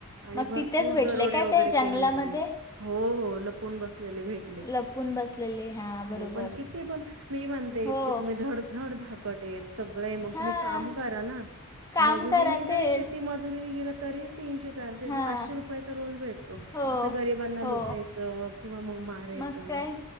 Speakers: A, on the right (about 65°); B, on the left (about 15°).
A: आणि
B: मग
A: भरपूर
B: तिथेच भेटले
A: दरोडे
B: काय
A: वगैरे
B: ते जंगलामध्ये
A: केलेले त्यांनी हो हो लपून बसलेले भेट. भेटले
B: लपून बसलेले हां बरोबर
A: हो पण किती पण मी म्हणतेइतके
B: हो
A: तुम्ही धडधड धाकट हेत. सगळे
B: हां
A: तुम्ही काम करा ना
B: काम
A: मजुरीनी
B: करा
A: जरी
B: तेच
A: शेती मज मजुरी गेलं तरी तीनशे चारशे
B: हां
A: पाचशे रुपयाचा रोज भेटतो.
B: हो
A: असं गरिबांना
B: हो
A: लुटायचं किंवा मग मारायचं.
B: मग काय